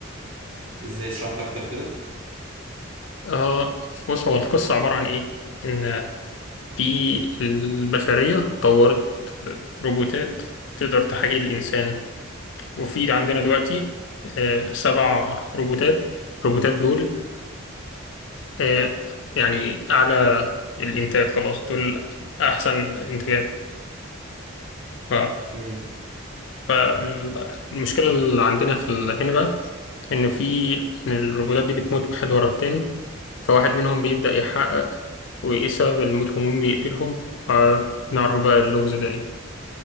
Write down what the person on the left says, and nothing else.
آه بص هو القصة عبارة عن إيه؟ إن في البشرية طورت روبوتات تقدر تحاكي الإنسان وفي عندنا دلوقتي آه سبع روبوتات الروبوتات دول آه، يعني أعلى الإنتاج خلاص دول أحسن إنتاجات ف-
فالمشكلة اللي عندنا في ال- هنا بقى إن في إن الروبوتات دي بتموت واحد ورا التاني فواحد منهم بيبدأ يحقق وإيه سبب الموت ومين بيقتلهم فنعرف بقى اللغز ده إيه